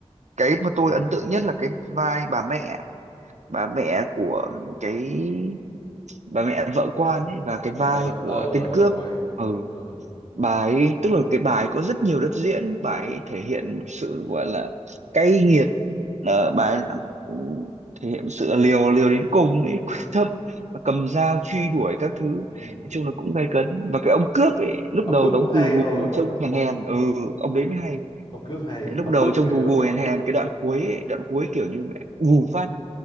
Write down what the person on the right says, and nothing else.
cái mà
tôi ấn tượng nhất là cái vai bà mẹ bà mẹ của cái bà mẹ vợ quan ấy và cái vai
của
tên
cướp
ừ
bà ấy tức là cái bà ấy có rất nhiều đất diễn bà ấy thể hiện một sự gọi là cay nghiệt ờ, bà ấy là- ừ, thể hiện sự liều liều đến cùng ấy <laughs> quyết tâm và cầm dao truy đuổi các thứ
nói chung là cũng gay cấn và cái ông cướp ấy lúc
đầu
đóng
cù
gù
trông hèn
hèn ừ ông đấy mới hay
lúc
đầu
trông
gù gù hèn hèn cái đoạn cuối ấy, đoạn cuối kiểu như mẹ gù phát